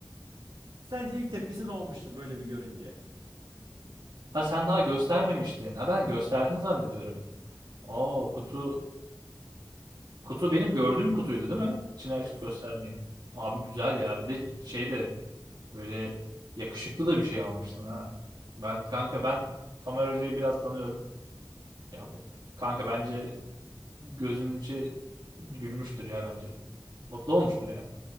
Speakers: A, on the right; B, on the right.
A: Sence ilk tepkisi ne olmuştur böyle bir görünce?
B: Ha sen daha göstermemiştin. Ha ben gösterdin zannediyorum. Oo kutu kutu benim gördüğüm kutuydu değil mi? İçini
A: Evet.
B: açıp gösterdiğim. Abi güzel ya. Bir de şey de böyle yakışıklı da bir şey almıştın ha. Ben kanka ben Tamer Hoca'yı biraz tanıyorum. Ya bu kanka bence gözünün içi gülmüştür ya bence. Mutlu olmuştur yani.